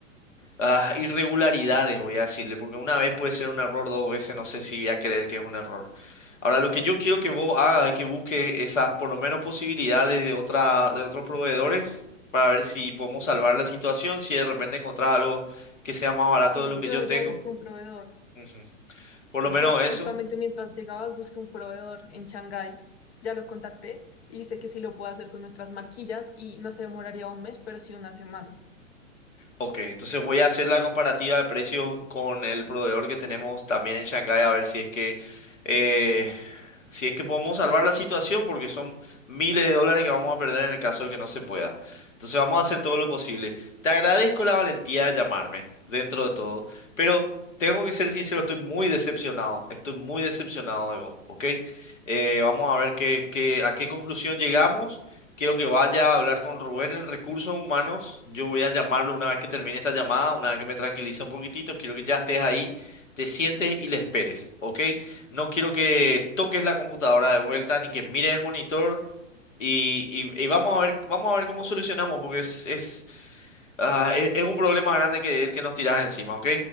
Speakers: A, on the left; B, on the left.
A: ah, irregularidades, voy a decirle, porque una vez puede ser un error, dos veces no sé si voy a creer que es un error. Ahora, lo que yo quiero que vos hagas es que busques esas, por lo menos, posibilidades de otra, de otros proveedores para ver si podemos salvar la situación, si de repente encontrar algo que sea más barato
B: Sí,
A: de lo que
B: yo
A: yo
B: ya
A: tengo.
B: busqué un proveedor.
A: Ujú. Por lo
B: Yo
A: menos eso.
B: justamente mientras llegabas busqué un proveedor en Shanghái, ya lo contacté y dice que sí lo puede hacer con nuestras marquillas y no se demoraría un mes, pero sí una semana.
A: Ok, entonces voy a hacer la comparativa de precios con el proveedor que tenemos también en Shanghái a ver si es que eh, si es que podemos salvar la situación porque son miles de dólares que vamos a perder en el caso de que no se pueda. Entonces vamos a hacer todo lo posible. Te agradezco la valentía de llamarme dentro de todo, pero tengo que ser sincero, estoy muy decepcionado, estoy muy decepcionado de vos, ¿ok? Eh, vamos a ver qué, qué- a qué conclusión llegamos. Quiero que vaya a hablar con Rubén en Recursos Humanos. Yo voy a llamarlo una vez que termine esta llamada, una vez que me tranquilice un poquitito. Quiero que ya estés ahí, te sientes y le esperes, ¿ok? No quiero que toques la computadora de vuelta ni que mires el monitor. Y, y- y vamos a ver, vamos a ver cómo solucionamos, porque es, es, ah, es, es un problema grande que, el que nos tiras encima, ¿ok?